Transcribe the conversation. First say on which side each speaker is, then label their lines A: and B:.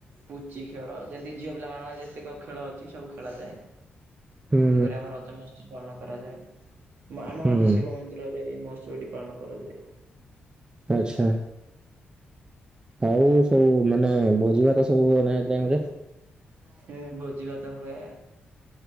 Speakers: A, on the right; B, on the right.
A: ପୁଚି ଖେଳ। ଯେମିତି ଝିଅ ପିଲା ମଙ୍କ ଯେତେକ ଖେଳ ଅଛି ସବୁ ଖେଳାଯାଏ।
B: ହୁଁ
A: ଏମିତିକ ଆମର ରଜମାସ ପଶୁ ପାଳନ କରାଯାଏ। ଆମ
B: ହୁଁ।
A: ଗ ଶିବ ମନ୍ଦିରରେ ପଚୁଟି ପାଳନ କରାଯାଏ।
B: ଆଚ୍ଛା। ଆଉ ସବୁ ମାନେ ଭୋଜି ଭାତ ସବୁ ହୁଏ ନାହି ଟାଇମରେ
A: ହଁ ବୋଜିବା ତ ହୁଏ।